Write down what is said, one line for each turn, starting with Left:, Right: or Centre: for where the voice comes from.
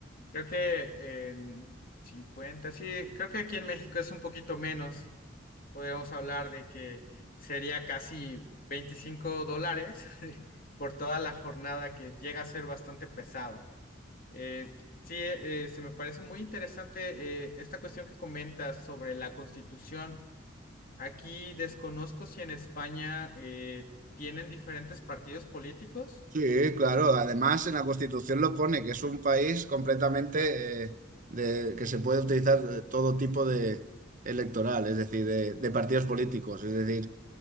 Left: creo que en 50. sí, creo que aquí en México es un poquito menos. Podríamos hablar de que sería casi 25 dólares <laughs> por toda la jornada que llega a ser bastante pesada. Eh, sí, eh, eh, se me parece muy interesante eh, esta cuestión que comentas sobre la Constitución. Aquí desconozco si en España eh, tienen diferentes partidos políticos.
Right: Sí, claro, además en la Constitución lo pone, que es un país completamente eh, de, que se puede utilizar eh, todo tipo de electoral, es decir, de, de partidos políticos. Es decir,